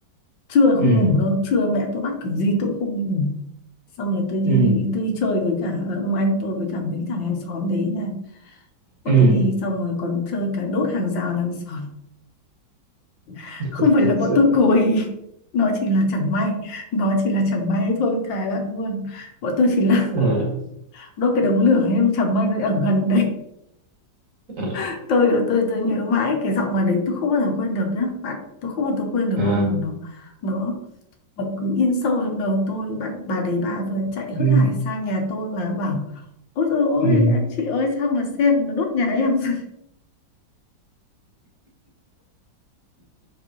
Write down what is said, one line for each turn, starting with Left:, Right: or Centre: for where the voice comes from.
Left: trưa không
Right: ừ,
Left: ngủ đâu trưa mẹ tôi bắt kiểu gì tôi cũng không ngủ xong rồi tôi đi
Right: ừ,
Left: tôi đi chơi với cả ông anh tôi với cả mấy thằng hàng xóm đấy là bọn
Right: ừ.
Left: tôi đi xong rồi còn chơi cả đốt hàng rào hàng xóm <laughs> không
Right: <laughs>
Left: phải là bọn tôi cùi <laughs> nó chỉ là chẳng may nó chỉ là chẳng may thôi thề bạn luôn bọn tôi chỉ là
Right: Ờ,
Left: <laughs> đốt cái đống lửa ấy nhưng chẳng may nó ở gần đấy
Right: ờ,
Left: <laughs> tôi tôi tôi nhớ mãi cái giọng mà đấy tôi không bao giờ quên được nhá bạn tôi không bao giờ quên được
Right: ờ,
Left: luôn nó nó nó cứ in sâu trong đầu tôi bạn bà đấy bà vừa
Right: ừ,
Left: chạy hớt hải sang nhà tôi và bảo Ôi dồi ôi,
Right: ừ.
Left: à, chị ơi sao mà xem nó đốt nhà em <laughs>